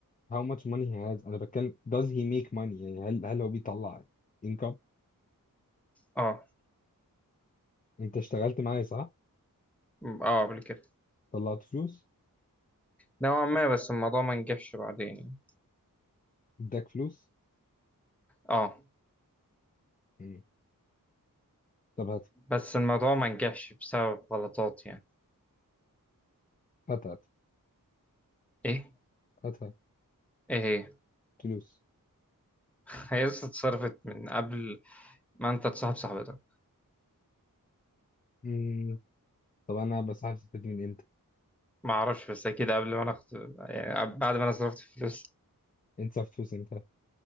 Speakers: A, on the left (about 25°); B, in the centre.
A: how much money he has انا بتكلم does he make money يعني هل هل هو بيطلع income
B: اه
A: انت اشتغلت معايا صح
B: م- اه قبل كده
A: طلعت فلوس
B: نوعا ما بس الموضوع ما نجحش بعدين يعني.
A: اداك فلوس
B: اه
A: مم. طب هات
B: بس الموضوع ما نجحش بسبب غلطات يعني
A: هات هات.
B: ايه
A: هاتها
B: ايه هي
A: فلوس
B: <laughs> هي لسه اتصرفت من قبل ما انت تصاحب صاحبتك
A: مم. طب انا بس عارف استفيد من امتى
B: ما اعرفش بس اكيد قبل ما انا أخت... يعني بعد ما انا صرفت فلوس
A: انت صرف فلوس امتى